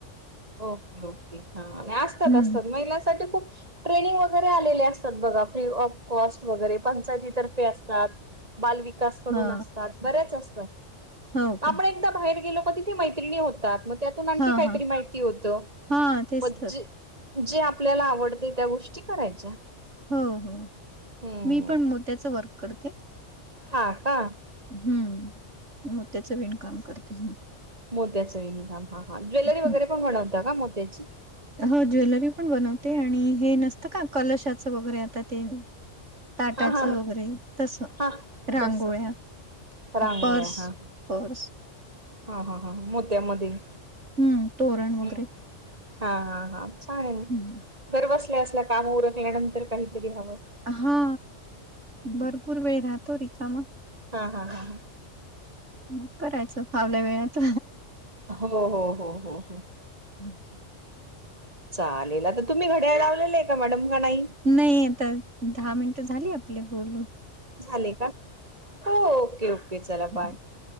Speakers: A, on the right (about 30°); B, on the right (about 65°).
A: ओके ओके हा आणि असतात
B: हम्म
A: असतात महिलांसाठी खूप ट्रेनिंग वगैरे आलेले असतात बघा फ्री ऑफ कॉस्ट वगैरे पंचायतीतर्फे असतात बालविकास कडून
B: हा
A: असतात बरेच असतात
B: हो का
A: आपण एक एकदा बाहेर गेलो का तिथे मैत्रीणी होतात मग त्यातून आणखी
B: हा
A: काहीतरी
B: हा
A: माहिती होत
B: हा तेच
A: मग
B: तर
A: जे- जे आपल्याला आवडते त्या गोष्टी करायच्या.
B: हो हो
A: हम्म
B: मी पण मोत्याचं वर्क करते.
A: हा का?
B: हम्म मोत्याचा विण काम करते.
A: मोत्याचा विणकाम हा हा ज्वेलरी
B: हम्म.
A: वगैरे पण बनवता का मोत्याची?
B: हो ज्वेलरी पण बनवते आणि हे नसतं का कलशाचं वगैरे आता ते ताटाच
A: हा हा
B: वगैरे तसं
A: हा.
B: रांगोळ्या,
A: तस रांगोळ्या
B: पर्स.
A: हा
B: पर्स
A: हा हा हा मोत्यामध्ये.
B: हम्म तोरण
A: हम्म.
B: वगैरे.
A: हा हा हा छान आहे
B: हम्म
A: घर बसल्या बसल्या काम उरखल्यानंतर काहीतरी हवं.
B: हा भरपूर वेळ राहतो रिकामा.
A: हा हा हा.
B: मग करायचं फावल्या वेळात.
A: हो हो हो हो हो.
B: हम्म हम्म.
A: चालेल आता तुम्ही घड्या लावलेलं का मॅडम का नाही?
B: नाही आता दहा मिनट झाली आपले बोलू.
A: झाले का हो ओके ओके चला
B: हा.
A: बाय